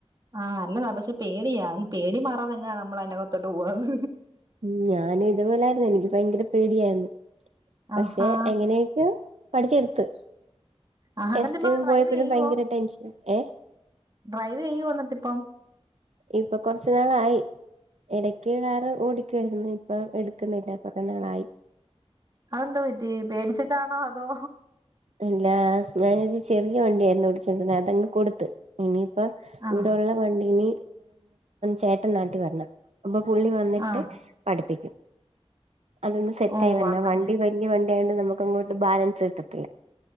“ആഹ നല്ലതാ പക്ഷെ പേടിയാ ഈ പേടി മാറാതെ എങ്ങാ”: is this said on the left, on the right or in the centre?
Right